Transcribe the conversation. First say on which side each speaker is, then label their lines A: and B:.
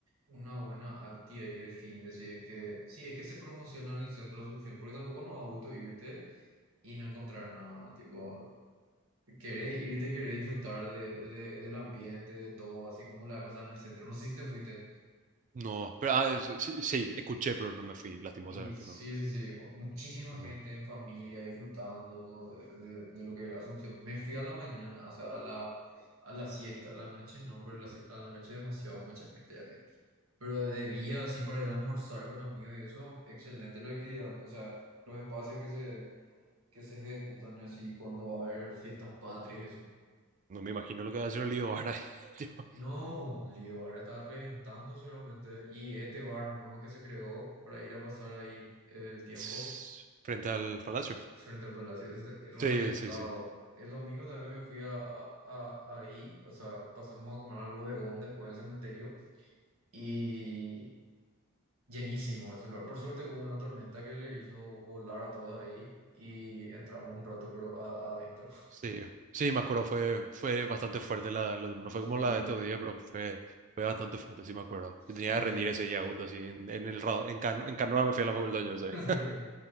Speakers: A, on the right; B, on the right.
A: una buena actividad y de fin de si es que, si es que se promociona en el centro de Asunción, porque tampoco nos da gusto irte y no encontrar nada, tipo, Querés irte, querés disfrutar de, de- del ambiente, de todo, así como la vez pasada en el centro. No sé si te fuiste.
B: No, pero ah, es- sí, sí, escuché, pero no me fui, lastimosamente,
A: Y sí,
B: no.
A: sí, sí, o- muchísima
B: No,
A: gente en familia disfrutando de, de- de lo que era Asunción. Me fui a la mañana, o sea, a la, a la siesta, a la noche no, pero a la,
B: no
A: sie- a la noche demasiado mucha gente ya había. Pero de día, así para ir a almorzar con amigos y eso, excelente la actividad. O sea, los espacios que se, que se ejecutan así cuando va a haber fiestas patrias,
B: no me imagino lo que va a hacer el lío ahora, <laughs> tipo,
A: No, Lido Bar está reventando solamente. Y este bar nuevo que se creó para ir a pasar ahí el tiempo
B: s- frente al palacio.
A: frente al palacio, es reventado.
B: Sí, sí, sí,
A: El domingo también me fui a, a- ahí, o sea, pasamos a comer al bodegón después del cementerio y llenísimo ese lugar. Por suerte hubo una tormenta que le hizo volar a todos ahí y entramos un rato, pero a- adentro. <laughs>
B: sí, sí, me acuerdo, fue, fue bastante fuerte, la, la- no fue como
A: Sí,
B: la de estos días, pero fue, fue bastante fuerte, sí me acuerdo.
A: sí,
B: Yo tenía que rendir
A: sí.
B: ese día, justo así, en, en el, ra- en, Can- en Canoa me fui a la facultad, yo
A: <laughs>
B: sé.
A: Ay, güey.